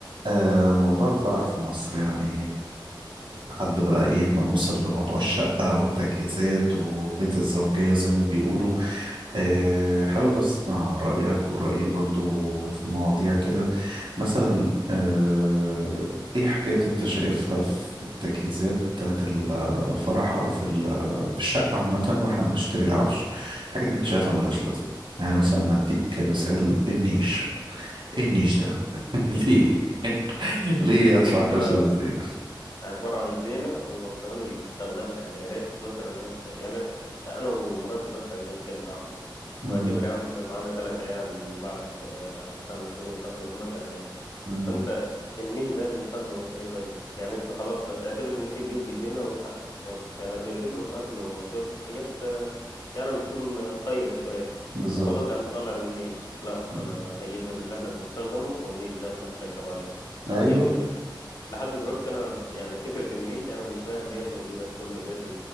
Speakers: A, on the right; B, on the left.
A: آه، موضوع الفرح في مصر يعني لحد بقى ايه ما نوصل لموضوع الشقة والتجهيزات وبيت الزوجية زي ما بيقولوا آه، حابب اسمع رأيك ورأيي برضو في مواضيع كده مثلا آه، ايه حاجات انت شايفها في التجهيزات بتاعة الفرح او في ال- في الشقة عامة واحنا بنشتري العفش حاجات انت شايفها ملهاش لازمة يعني مثلا هديك مثال النيش ايه النيش ده ليه <laughs> ليه ادفع
B: النيش
A: قصص
B: ده
A: دي
B: عبارة عن زينة وكمان مش بتستخدمها يعني يا ريت مثلا انت يعني انا ومراتي بس عشان شقة واحدة
A: مم.
B: واعتبر يا عم معانا ثلاث عيال بعد آه، خمس سنين تقريبا مثلا يعني
A: مم.
B: فانت النيش ده هتستخدمه في ايه طيب يعني انت خلاص لا اعتبر ان في ضيوف بيجينا وه- وهتقدم لهم اكل وشرب في حاجات آه، يعني بتكون قيمة شوية
A: بالظبط
B: فخلاص يا عم طلع من النيش لا
A: مم.
B: انا هجيب من اللي احنا بنستخدمه والنيش ده محدش هيقرب عليه
A: ايوه
B: او جايبينه لحد دلوقتي انا يعني فكره النيش انا مش فاهم هي موجوده في كل بيت